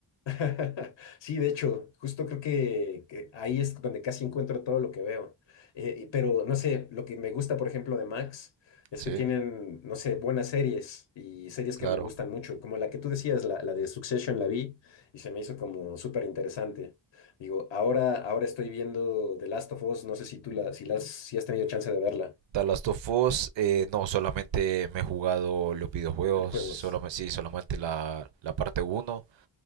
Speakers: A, on the left; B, on the right.
A: <laughs> Sí, de hecho, justo creo que, que ahí es donde casi encuentro todo lo que veo. Eh, y- pero no sé, lo que me gusta, por ejemplo, de Max es
B: Sí,
A: que tienen, no sé, buenas series y series
B: claro.
A: que me gustan mucho, como la que tú decías, la, la de Succession la vi y se me hizo como súper interesante. Digo, ahora, ahora estoy viendo The Last of Us, no sé si tú la, si la, has- si has tenido chance de verla,
B: The Last of Us, eh, no, solamente me he jugado los videojuegos,
A: el juego
B: solamente,
A: es,
B: sí, solamente la, la parte uno.